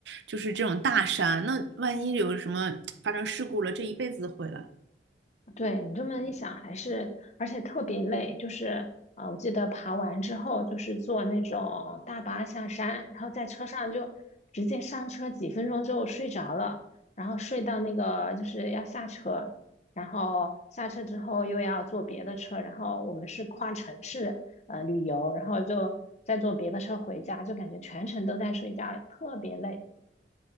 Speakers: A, on the right (about 80°); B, on the left (about 40°).
A: 就是这种大山，那万一有什么发生事故了，这一辈子毁了。
B: 对你这么一想，还是而且特别累，就是啊，呃我记得爬完之后就是坐那种大巴下山，然后在车上就直接上车，几分钟就睡着了，然后睡到那个就是要下车，然后下车之后又要坐别的车，然后我们是跨城市呃旅游，然后就再坐别的车回家，就感觉全程都在睡觉，特别累。